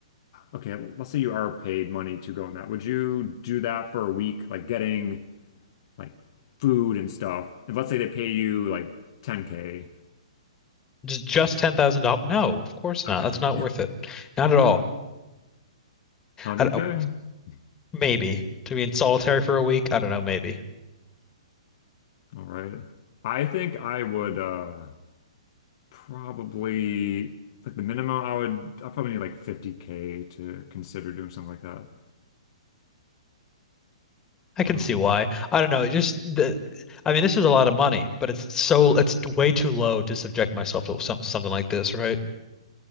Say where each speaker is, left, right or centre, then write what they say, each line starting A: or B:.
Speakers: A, on the left; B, on the left.
A: okay, let's say you are paid money to go in that. Would you do that for a week like getting like food and stuff. And let's say they pay you like 10K.
B: Just, just $10,000? No, of course not.
A: Okay.
B: That's not worth it. Not at all.
A: <laughs> 100K?
B: I don't- maybe to be in solitary for a week, I don't know, maybe.
A: All right. I think I would uh probably like the minimum I would I probably need like 50K to consider doing something like that.
B: I
A: Um
B: can see why. I don't know. It just the I mean, this is a lot of money, but it's so it's way too low to subject myself to some, something like this, right?